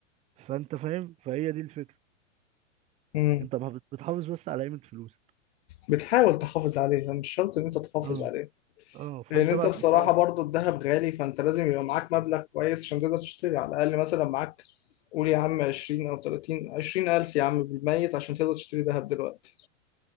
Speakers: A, on the right; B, on the left.
A: فانت فاهم فهي دي الفكره
B: امم
A: انت بح- بتحافظ بس على قيمه فلوسك
B: بتحاول تحافظ عليها مش شرط ان انت تحافظ
A: اه
B: عليها
A: اه فانت
B: لان انت
A: بقى
B: بصراحه
A: تحطها
B: برضو الذهب غالي فانت لازم يبقى معاك مبلغ كويس عشان تقدر تشتري على الاقل مثلا معاك قول يا عم 20 او 30 20 الف يا عم بالميت عشان تقدر تشتري ذهب دلوقتي